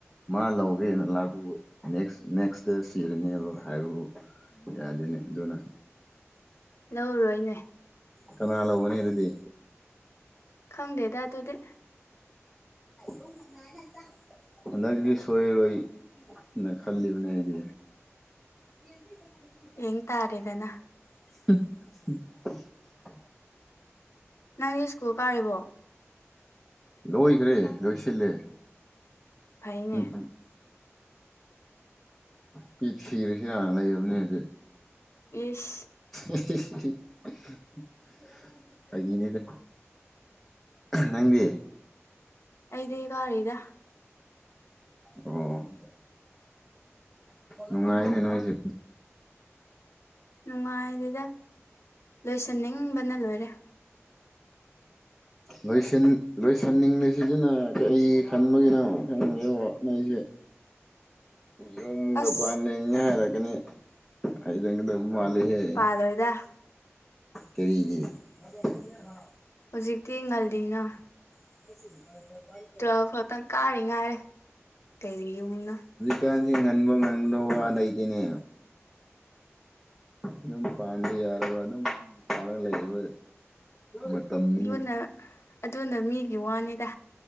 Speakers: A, in the centre; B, on the left.
A: ꯃꯥ ꯂꯧꯒꯦꯅ ꯂꯥꯛꯄ ꯅꯦꯛꯁ ꯅꯦꯛꯁꯇ ꯁꯤꯔꯅꯦꯕ ꯍꯥꯏꯕꯕꯨ ꯌꯥꯗꯦꯅꯦ ꯑꯗꯨꯅ
B: ꯂꯧꯔꯣꯏꯅꯦ
A: ꯀꯅꯥ ꯂꯧꯒꯅꯤ ꯑꯗꯨꯗꯤ
B: ꯈꯪꯗꯦꯗ ꯑꯗꯨꯗꯤ
A: ꯂꯣ ꯂ ꯉꯉꯅ <unintelligible> ꯍꯟꯗꯛꯗꯤ ꯁꯣꯏꯔꯣꯏꯅ ꯈꯜꯂꯤꯕꯅꯦ ꯑꯩꯗꯤ ꯌꯦ ꯊ <unintelligible>
B: ꯌꯦꯡ ꯇꯥꯔꯦꯗꯅ
A: ꯎꯝꯝ
B: ꯅꯪꯗꯤ ꯁ꯭ꯀꯨꯜ ꯀꯥꯔꯤꯕꯣ
A: ꯂꯣꯏꯈ꯭ꯔꯦ ꯂꯣꯏꯁꯤꯜꯂꯦ
B: ꯐꯩꯅꯦ
A: ꯅꯨꯄꯤ ꯄꯤ ꯊꯤꯔꯁꯨ ꯍꯅ ꯂꯩꯔꯕꯅꯦꯗꯤ
B: ꯏꯁ
A: <inaudible> ꯑꯩꯅꯦꯗ ꯅꯪꯗꯤ
B: ꯑꯩꯗꯤ ꯀꯔꯔꯤꯗ
A: ꯑꯣ ꯅꯨꯡꯉꯥꯏꯅꯦ ꯅꯣꯏꯁꯦ
B: ꯅꯨꯡꯉꯥꯏꯗ‍ꯦꯗ ꯂꯣꯏꯁꯟꯅꯤꯡꯕꯅ ꯂꯣꯏꯔꯦ
A: ꯂꯣꯏꯁꯟꯂꫭꯏꯁꯟ ꯁꯤꯁꯤꯅ ꯀꯔꯤ ꯈꯟꯕꯒꯤꯅꯣ ꯈꯪꯒꯦꯗꯕꫭ ꯅꯥꯏꯁꯦ ꯌꯨꯝꯒ
B: ꯑꯁ
A: ꯄꯥꯟꯅꯤꯡꯉ‌ꯦ ꯍꯥꯏꯔꯛ ꯀꯅꯤ ꯍꯥꯏꯖꯟꯒꯗꯕ ꯃꯥꯜꯂꯤꯍ‌ꯦ
B: ꯈꯜꯂꫭꯏꯗ
A: ꯀꯔꯤꯒꯤ ꯍ <unintelligible>
B: ꯍꯧꯖꯤꯛꯇꯤ ꯉꯜꯂꯤꯅ
A: ꯥꯏ <unintelligible>
B: ꯇꯨꯋꯦꯜꯐ ꯈꯛꯇꯪ ꯀꯥꯔꯤ ꯉꯥꯏꯔꯦ ꯀꯩ ꯌꯨꯝꯅꫭ
A: ꯀꯥꯟꯁꯤ ꯉꯟꯕꯣꯡꯥ ꯉꯟꯕ ꯋꯥ ꯂꯩꯇꯅꯦ ꯑꯗꯨꯝ ꯄꯥꯟ ꯌꯥꯒ ꯑꯗꯨꯝ ꯐꯔ ꯂꯩꯕ ꯃꯇꯝꯅꯤꯅꯦ
B: ꯑꯗꯨꯅ ꯑꯗꯨꯅ ꯃꯤꯒꯤ ꯋꯥꯅꯤꯗ